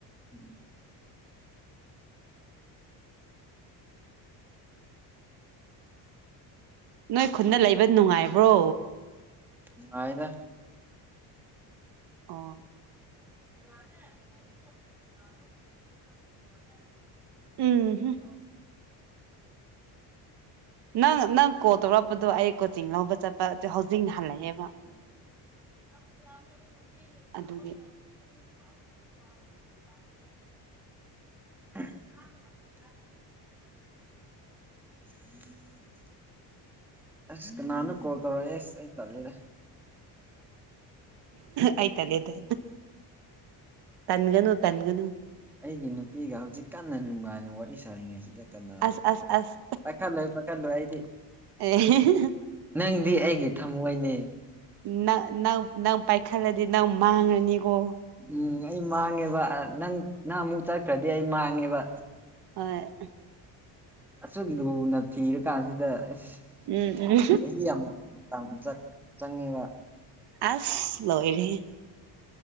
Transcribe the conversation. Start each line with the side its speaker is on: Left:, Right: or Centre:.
Centre: ꯎꯝ
Right: ꯅꯣꯏ ꯈꯨꯟꯅ ꯂꯩꯕ ꯅꯨꯡꯉꯥꯏꯕ꯭ꯔꯣ?
Centre: ꯅꯨꯡꯉꯥꯏꯗ꯫
Right: ꯑꯣ
Centre: <inaudible>
Right: <unintelligible> ꯅꯪ ꯅꯪ ꯀꯣꯜ ꯇꯧꯔꯛꯄꯗꯣ ꯑꯩ ꯀꯣꯆꯤꯡ ꯂꯧꯕ ꯆꯠꯄ ꯑꯗꯨ ꯍꯧꯖꯤꯛꯅ ꯍꯜꯂꯛꯑꯦꯕ꯫
Centre: <inaudible>
Right: ꯑꯗꯨꯒꯤ꯫
Centre: <inaudible> <inaudible> ꯑꯁ ꯀꯅꯥꯅꯣ ꯀꯣꯜ ꯇꯧꯔꯛꯑꯦ ꯑꯦꯁ ꯑꯩ ꯇꯜꯂꯦꯗ꯫
Right: ꯑꯩ ꯇꯥꯜꯂꯦꯗ꯫ ꯇꯟꯒꯅꯨ ꯇꯟꯒꯅꯨ꯫
Centre: ꯑꯩꯒꯤ ꯅꯨꯄꯤꯒ ꯍꯧꯖꯤꯛ ꯀꯟꯅ ꯅꯨꯡꯉꯥꯏꯅ ꯋꯥꯔꯤ ꯁꯥꯔꯤꯉꯩꯁꯤꯗ ꯀꯅꯥꯔ
Right: ꯑꯁ ꯑꯁ ꯑꯁ
Centre: ꯄꯥꯏꯈꯠꯂꯣꯏꯗ꯫ ꯈꯠꯂꯣꯏ ꯑꯩꯗꯤ꯫
Right: ꯑꯦ <unintelligible>
Centre: ꯅꯪꯗꯤ ꯑꯩꯒꯤ ꯊꯝꯃꯣꯏꯅꯦ꯫
Right: ꯅꯪ ꯅꯪ ꯅꯪ ꯄꯥꯏꯈꯠꯂꯗꯤ ꯅꯪ ꯃꯥꯡꯉꯅꯤꯀꯣ꯫
Centre: ꯎꯝ ꯑꯩ ꯃꯥꯡꯉꯦꯕ ꯅꯪ ꯅꯪ ꯑꯃꯨꯛ ꯆꯠꯈ꯭ꯔꯗꯤ ꯑꯩ ꯃꯥꯡꯉꯦꯕ꯫
Right: ꯍꯣꯏ꯫
Centre: ꯑꯁꯨꯛ ꯂꯨꯅ ꯊꯤꯔꯀꯥꯟꯁꯤꯗ ꯑꯁ
Right: ꯎꯝ ꯎꯝ
Centre: ꯆꯍꯤ ꯌꯥꯝ ꯃꯇꯝ ꯆꯠ ꯆꯪꯉꯤꯕ꯫
Right: ꯑꯁ ꯂꯣꯏꯔꯦꯍꯦ꯫